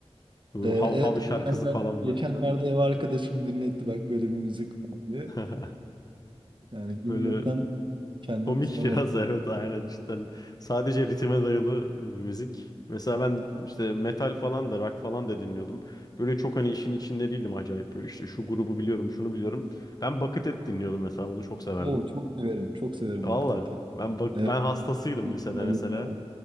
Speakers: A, on the left (about 35°); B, on the right (about 50°).
A: Bu
B: Ee,
A: Hav
B: evet,
A: Hav şarkısı
B: geçenler-
A: falan
B: geçenlerde
A: var.
B: ev arkadaşım dinletti bak böyle bir müzik vardı.
A: <laughs>
B: Yani gülmekten
A: Böyle
B: kendimi
A: komik
B: tutamadım.
A: biraz <laughs> evet aynen cidden. Sadece ritme dayalı bir müzik. Mesela ben işte metal falan da rock falan da dinliyordum. Böyle çok hani işin içinde değildim acayip böyle işte şu grubu biliyorum şunu biliyorum. Ben Buckethead dinliyordum mesela onu çok severdim.
B: Oo, çok severim. Çok severim
A: Valla
B: vakiteti.
A: ben bak
B: Evet.
A: ben hastasıydım lisede
B: Hayır
A: mesela.
B: falan.